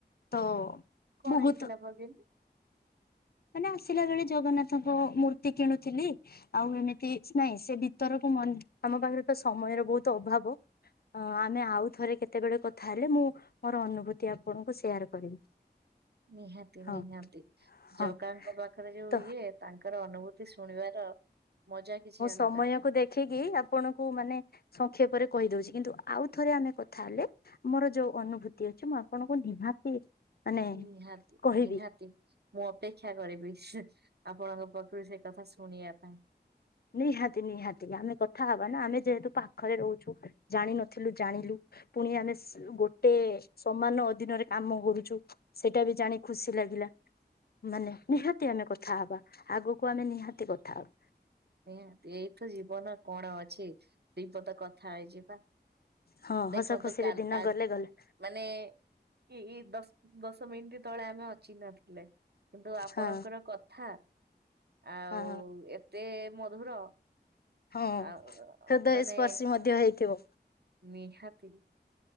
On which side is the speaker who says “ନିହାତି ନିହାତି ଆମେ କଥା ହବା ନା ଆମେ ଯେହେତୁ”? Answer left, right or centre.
Left